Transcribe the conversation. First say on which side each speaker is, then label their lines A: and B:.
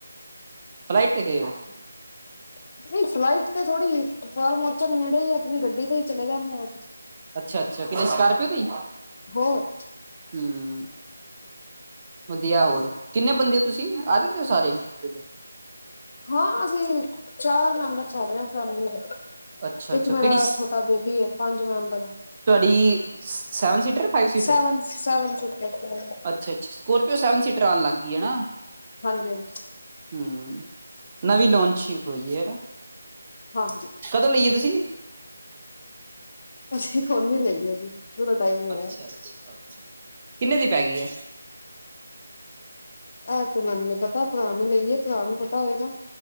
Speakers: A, on the right; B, on the left.
A: ਫਲਾਈਟ ਤੇ ਗਏ ਓ?
B: <inaudible> ਨਹੀਂ ਫਲਾਈਟ ਤੇ ਥੋੜ੍ਹੀ, ਕਪਾਲਮੋਰਨ ਨੇੜੇ ਈ ਐ, ਆਪਣੀ ਗੱਡੀ ਤੇ ਈ ਚਲੇ ਜਾਂਨੇੇ ਆ ਅਸੀ।
A: ਅੱਛਾ-ਅੱਛਾ, ਕਿਤੇ ਸਕਾਰਪੀਓ ਤੇ ਈ?
B: ਹੋਰ
A: ਹੂੰ, ਵਧੀਆ ਹੋਰ, ਕਿੰਨੇ ਬੰਦੇ ਓ ਤੁਸੀਂ, ਆ ਜਾਂਦੇ ਓ ਸਾਰੇ? <inaudible>
B: ਹਾਂ ਅਸੀਂ, ਚਾਰ ਮੈਂਬਰ ਸਾਰੇ ਆ ਫੈਮਲੀ ਦੇ।
A: ਅੱਛਾ ਅੱਛਾ
B: ਇੱਕ ਮੇਰਾ
A: ਕਿਹੜੀ
B: ਛੋਟਾ ਬੇਬੀ ਏ, ਪੰਜ ਮੈਂਬਰ ਆ।
A: ਤੁਵਾਡੀ, ਸੈਵਨ ਸੀਟਰ, ਫਾਈਵ ਸੀ
B: ਸੈਵਨ, ਸੈਵਨ ਸੀਟਰ ਹਾਂਜੀ
A: ਅੱਛਾ-ਅੱਛਾ, ਸਕੋਰਪੀਓ ਸੈਵਨ ਸੀਟਰ ਆਣ ਲੱਗ ਗਈ ਏ ਨਾ।
B: ਹਾਂਜੀ
A: ਹੂੰ, ਨਵੀਂ ਲੌਂਚੀਗ ਹੋਈਏ ਨਾ?
B: ਹਾਂ,
A: ਕਦੋਂ ਲਈਏ ਤੁਸੀਂ
B: ਅਸੀ ਕੋਂਦ ਦੀ ਲਈ ਆ ਜੀ। ਥੋੜਾ ਟਾਈਮ ਹੀ ਹੋਇਆ।
A: ਅੱਛਾ, ਅੱਛਾ ਕਿੰਨੇ ਦੀ ਪੈ ਗਈ ਐ
B: ਇਹ ਤੇ ਮੈਨੂੰ ਨੀ ਪਤਾ ਭਰਾ ਨੇ ਲਈ ਭਰਾ ਨੂੰ ਪਤਾ ਹੋਏਗਾ